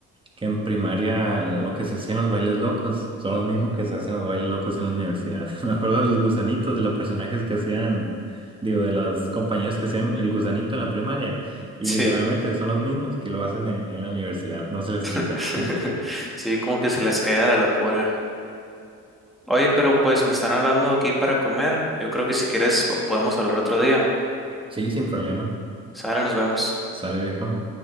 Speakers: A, on the right; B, in the centre.
A: que en primaria lo que se hacía en los bailes locos son los mismos que se hacen los bailes locos en la universidad. <laughs> Me acuerdo de los gusanitos, de los personajes que hacían, digo, de los compañeros que hacían el gusanito en la primaria. Y
B: Sí.
A: literalmente son los mismos que lo hacen en, en la universidad, no se les quita.
B: <laughs>
A: <laughs>
B: Sí, como que se les cae la locura. Oye, pero pues me están hablando aquí para comer. Yo creo que si quieres po- podemos hablar otro día.
A: Sí, sin problema.
B: Sale, nos vemos.
A: Sale, viejo.